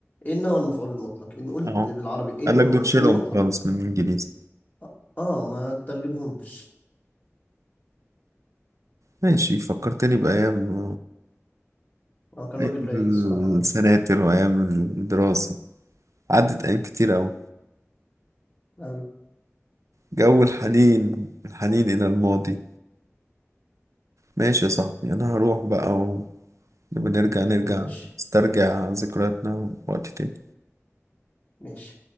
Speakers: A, on the left; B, on the right.
A: ان هو المفعول المطلق ان قلت
B: اهو
A: بالعربي
B: قال
A: ان
B: لك
A: هو
B: دول
A: المفعول
B: شيلهم
A: المطلق
B: خالص من الانجليزي
A: اه آه، ما تترجمهمش
B: ماشي فكرتني بأيام
A: اه كان
B: أيام
A: راجل رايق الصراحه برضه
B: السناتر وأيام الدراسة عدت أيام كتير أوي
A: أوي
B: جو الحنين الحنين إلى الماضي ماشي يا صاحبي أنا هروح بقى ونبقى نرجع نرجع
A: ماشي
B: نسترجع ذكرياتنا وقت تاني
A: ماشي